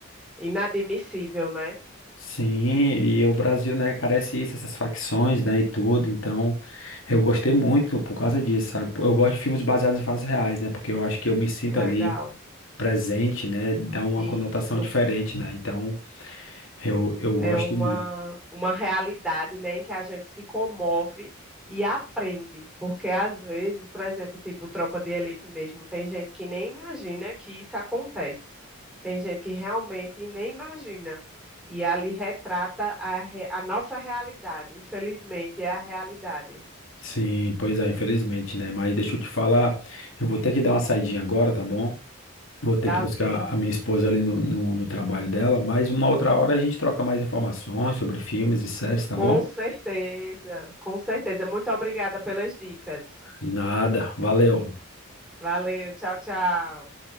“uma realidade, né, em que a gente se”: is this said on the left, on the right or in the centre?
Centre